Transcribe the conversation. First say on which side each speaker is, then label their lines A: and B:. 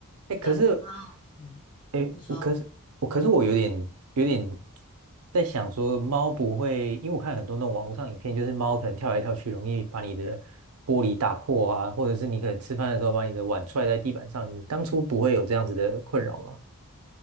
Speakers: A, on the right; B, on the left.
A: 哎，可是
B: 对，然后嗯，
A: 诶，
B: 你说。
A: 我可是我可是我有点有点在想说，猫不会，因为我看很多那种网络上影片，就是猫可能跳来跳去，容易把你的玻璃打破啊，或者是你可能吃饭的时候把你的碗踹在地板上，你当初不会有这样子的困扰吗？